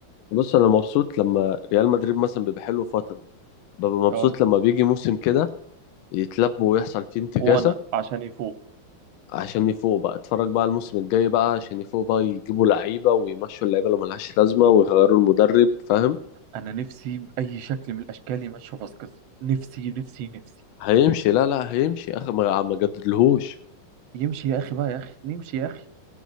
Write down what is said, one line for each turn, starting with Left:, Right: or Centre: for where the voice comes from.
Left: بص انا مبسوط لما ريال مدريد مثلا بيبقى حلو فتره ببقى مبسوط
Right: اه
Left: لما بيجي موسم كده يتلبوا ويحصل فيه انتكاسه
Right: وانا عشان يفوق
Left: عشان يفوقوا بقى اتفرج بقى الموسم الجاي بقى عشان يفوقوا بقى يجيبوا لعيبه ويمشوا اللعيبه اللي ملهاش لازمه ويغيروا المدرب فاهم
Right: انا نفسي باي شكل من الاشكال يمشي فاسكيز نفسي نفسي نفسي
Left: هيمشي لا لا هيمشي اخر ما ما جددلهوش
Right: يمشي يا اخي بقى يا اخي نمشي يا اخي